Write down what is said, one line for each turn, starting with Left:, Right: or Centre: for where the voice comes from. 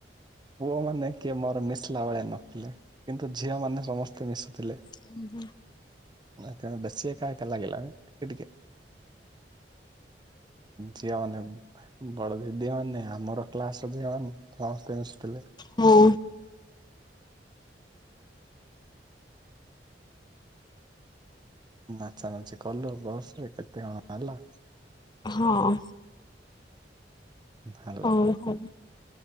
Right: ପୁଅମାନେ କିଏ ମୋର ମିଶିଲା ଭଳିଆ ନଥିଲେ, କିନ୍ତୁ ଝିଅମାନେ ସମସ୍ତେ ମିଶୁଥିଲେ।
Left: ହୁଁ ହୁ
Right: ମୁଁ <inaudible> ଦଶ ଏକା କେ ଲାଗଲା ନ ଟିକେଟ୍ ଝିଅ ମାନେ, ବଡ ଦିଦି ମାନେ ଆମର କ୍ଲାସ୍ ଝିଅମାନେ ସମସ୍ତେ ମିଶିଥିଲେ।
Left: ହଁ।
Right: ନାଚା ନାଚି କଲୁ। ବସରେ କେତେ କଣ ହେଲା।
Left: ହଁ।
Right: ହେଲା
Left: ହଉ ହଉ।